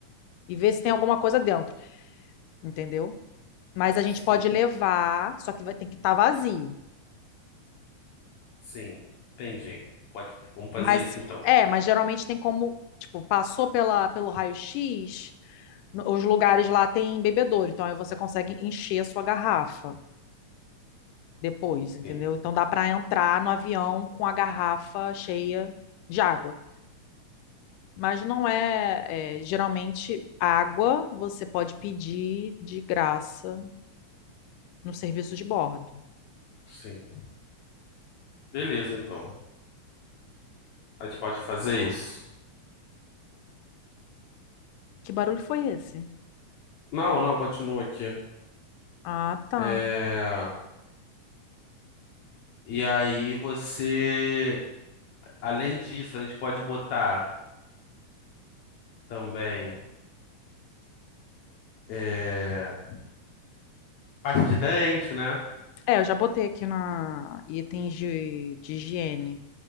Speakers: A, on the left (about 90°); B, on the left (about 70°).
A: e ver se tem alguma coisa dentro, entendeu? Mas a
B: Sim,
A: gente pode levar, só que vai, tem que estar vazio.
B: sim. Entendi. Pode... Vamos fazer
A: Mas
B: isso então.
A: é, mas geralmente tem como, tipo, passou pela, pelo raio-x, no- os lugares lá tem bebedouro, então aí você consegue encher a sua garrafa depois, entendeu?
B: Sim,
A: Então dá para entrar no avião com a garrafa cheia de água. Mas não é, é, geralmente água você pode pedir de graça No serviço de bordo.
B: sim. Beleza, então. A gente pode fazer isso.
A: Que barulho foi esse?
B: Não, não, continua aqui.
A: Ah, tá.
B: É... E aí você, além disso, a gente pode botar também é... pasta de dente, né?
A: É, eu já botei aqui na itens de, de higiene